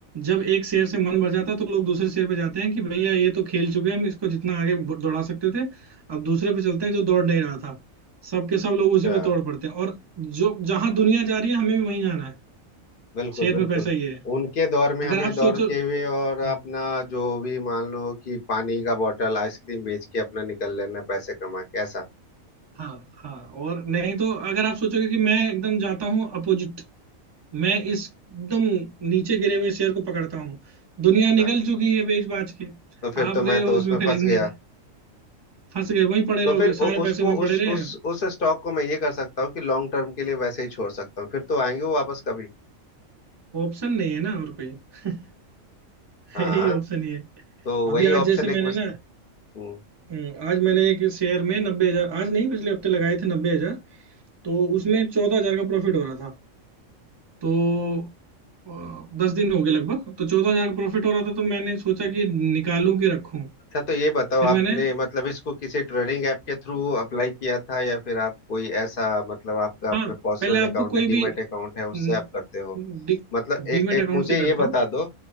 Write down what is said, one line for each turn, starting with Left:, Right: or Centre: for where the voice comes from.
Right: जब एक शेयर से मन भर जाता है तो लोग दूसरे शेयर पे जाते हैं कि भैया ये तो खेल चुके हैं हम इसको जितना आगे ब- दौड़ा सकते थे अब दूसरे पे चलते हैं जो दौड़ नहीं रहा था सबके सब लोग उसी
Left: अच्छा
Right: पे दौड़ पड़ते हैं और जो जहां दुनिया जा रही है हमें भी वहीं जाना है
Left: बिल्कुल
Right: शेयर
Left: बिल्कुल
Right: में पैसा ये है
Left: उनके दौर में
Right: अगर
Left: हमें
Right: आप सोचो
Left: दौड़ के हुए और
Right: हम्म।
Left: अपना जो भी मान लो कि पानी का बोतल आइसक्रीम बेच के अपना निकल लेना पैसे कमा के ऐसा
Right: हाँ हाँ और नहीं तो अगर आप सोचोगे कि मैं एकदम जाता हूँ अपोजिट मैं इस एकदम नीचे गिरे हुए शेयर को पकड़ता हूँ दुनिया
Left: अच्छा
Right: निकल चुकी है बेच बाच के
Left: तो फिर
Right: आप
Left: तो
Right: गए
Left: मैं
Right: हो
Left: तो
Right: उसमें
Left: उसमें
Right: खरीदने
Left: फंस गया
Right: फंस गए वहीं पड़े
Left: तो
Right: रहोगे
Left: फिर उ,
Right: सारे
Left: उसको
Right: पैसे वहीं पड़े
Left: उस
Right: रहे
Left: उस
Right: हैं
Left: उस स्टॉक को मैं ये कर सकता हूँ कि लॉन्ग टर्म के लिए वैसे ही छोड़ सकता हूँ फिर तो आएंगे वो वापस कभी
Right: ऑप्शन नहीं है ना और कोई <laughs>
Left: हाँ
Right: यही ऑप्शन ही है
Left: तो वही
Right: अभी
Left: ऑप्शन
Right: आज जैसे
Left: एक
Right: मैंने
Left: बचता
Right: ना
Left: हम्म
Right: हम्म, आज मैंने एक शेयर में नब्बे हजार आज नहीं पिछले हफ्ते लगाए थे नब्बे हजार तो उसमें चौदह हजार का प्रॉफिट हो रहा था तो अ, दस दिन हो गए लगभग तो चौदह हजार का प्रॉफिट हो रहा था तो मैंने सोचा कि निकालूं कि रखूं
Left: अच्छा तो ये बताओ
Right: फिर
Left: आपने
Right: मैंने
Left: मतलब इसको किसी ट्रेडिंग ऐप के थ्रू अप्लाई किया था या फिर आप कोई ऐसा मतलब आपका अपना
Right: हाँ
Left: पर्सनल
Right: पहले आपको
Left: अकाउंट
Right: कोई
Left: है डीमैट
Right: भी
Left: अकाउंट है उससे
Right: न,
Left: आप करते हो
Right: डी,
Left: मतलब
Right: डीमेट
Left: एक एक
Right: अकाउंट
Left: मुझे
Right: से करता
Left: ये
Right: हूँ
Left: बता दो